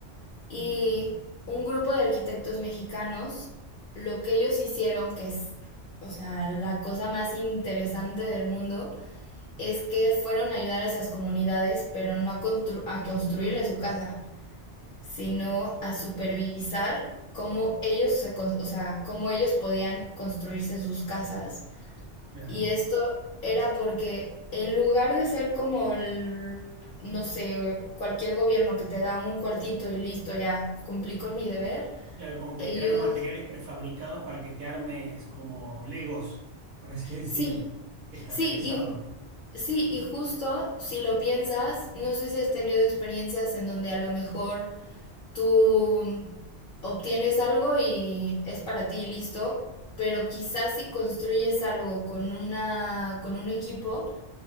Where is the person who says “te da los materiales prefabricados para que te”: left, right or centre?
Right